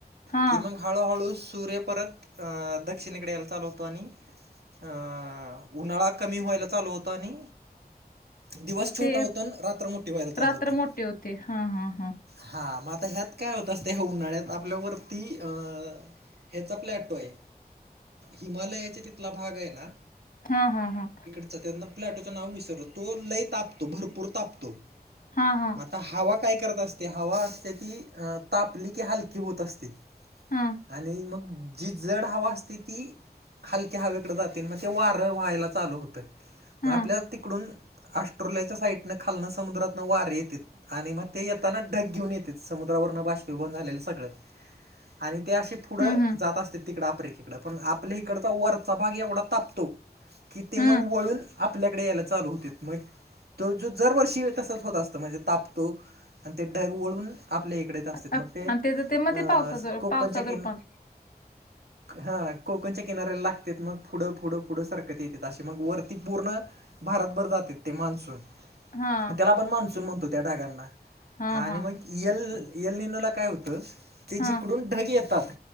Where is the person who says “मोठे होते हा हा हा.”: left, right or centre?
Left